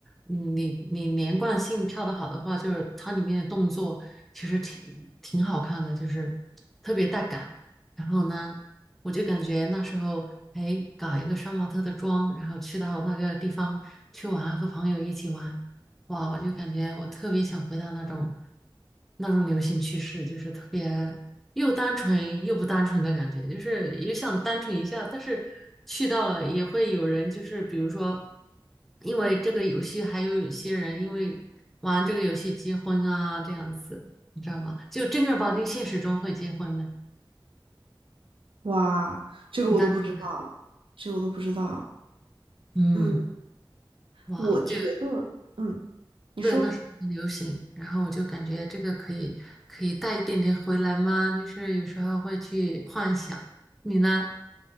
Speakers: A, in the centre; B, on the right (about 85°).
A: 嗯你你连贯性跳得好的话，就是它里面的动作其实挺挺好看的，就是特别带感。然后呢？我就感觉那时候，哎，搞一个杀马特的妆，然后去到那个地方去玩，和朋友一起玩，哇，我就感觉我特别想回到那种那种流行趋势，就是特别又单纯又不单纯的感觉，就是也想单纯一下，但是去到了也会有人，就是比如说，因为这个游戏，还有有些人因为玩这个游戏结婚啊，这样子，你知道吗？就正儿八经现实中会结婚的，
B: 哇，这个我都不知道，
A: 很单纯，
B: 这个我都不知道，
A: 嗯。
B: 嗯，
A: 哇，
B: 我觉得，
A: 就
B: 嗯，你说。
A: 对，那时候很流行，然后我就感觉这个可以可以带一点点回来吗？就是有时候会去幻想，你呢？